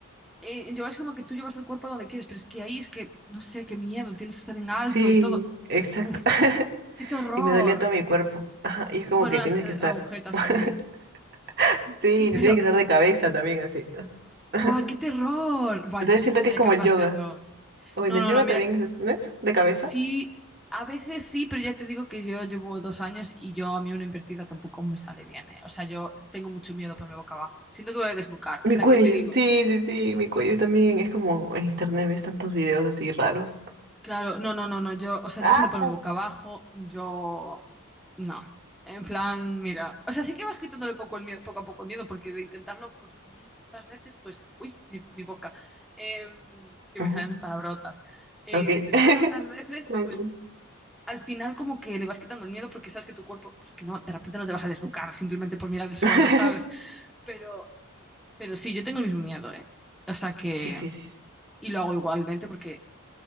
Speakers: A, in the centre; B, on the right.
A: eh, yo es como que tú llevas el cuerpo a donde quieres, pero es que ahí es que, no sé, qué miedo, tienes que estar en alto
B: Sí,
A: y todo.
B: exacto.
A: Uf,
B: <laughs>
A: qué terror.
B: Y me dolía todo mi cuerpo. Ajá, Y es como
A: Bueno,
B: que
A: las
B: tienes
A: eh,
B: que estar.
A: agujetas
B: <laughs>
A: ahí.
B: Sí,
A: Pero
B: te tienes que estar de cabeza también, así. <laughs>
A: ¡Buah, qué terror! Buah,
B: Entonces
A: yo solo
B: siento
A: sería
B: que es como
A: capaz
B: el yoga.
A: de hacerlo.
B: O
A: No,
B: en el
A: no,
B: yoga
A: no, mira,
B: también es, ¿no es? De cabeza.
A: sí, a veces sí, pero ya te digo que yo llevo dos años y yo a mí una invertida tampoco me sale bien, ¿eh? O sea, yo tengo mucho miedo ponerme boca abajo. Siento que me voy a desnucar.
B: Mi
A: O sea,
B: cuello,
A: que ya te digo,
B: sí, sí, sí, mi cuello también. Es como en internet ves tantos videos así raros.
A: Claro, no, no, no, no, yo, o sea,
B: Ah,
A: yo soy de ponerme
B: no.
A: boca abajo, yo, no, en plan, mira, o sea, sí que vas quitándole poco el miedo, poco a poco el miedo, porque de intentarlo, pues, mil putas veces, pues, uy, mi, mi boca, Em, que
B: ujú,
A: me salen palabrotas, Eh,
B: ok.
A: de intentarlo
B: <laughs>
A: tantas veces,
B: Tranqui.
A: pues, al final como que le vas quitando el miedo porque sabes que tu cuerpo, pues, que no, de repente no te vas a desnucar simplemente por mirar el suelo,
B: <laughs>
A: ¿sabes? Pero, pero sí, yo tengo el mismo miedo, ¿eh? O sea que,
B: Sí, sí, sí. sí.
A: y lo hago igualmente porque